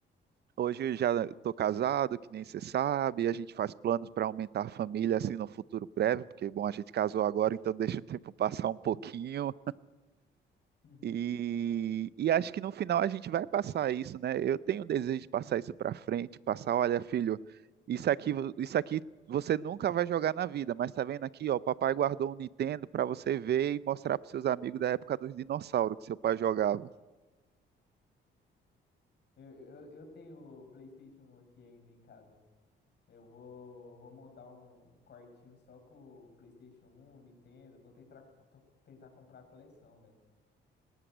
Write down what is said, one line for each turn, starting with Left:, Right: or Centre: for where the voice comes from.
Right: hoje eu já estou casado, que nem você sabe, a gente faz planos para aumentar a família assim no futuro breve, porque, bom, a gente casou agora, então deixa o tempo passar um pouquinho.
Left: Uhum.
Right: E, e acho que no final a gente vai passar isso, né? Eu tenho o desejo de passar isso para frente, passar, olha, filho, isso aqui, vo- isso aqui você nunca vai jogar na vida, mas tá vendo aqui, ó, o papai guardou um Nintendo para você ver e mostrar para seus amigos da época dos dinossauros que seu pai jogava.
Left: Eu, eu, eu tenho o PlayStation um aqui ainda em casa. Eu vou, vou montar um quartinho só com o PlayStation um Nintendo. Vou tentar, to- tentar comprar a coleção, velho.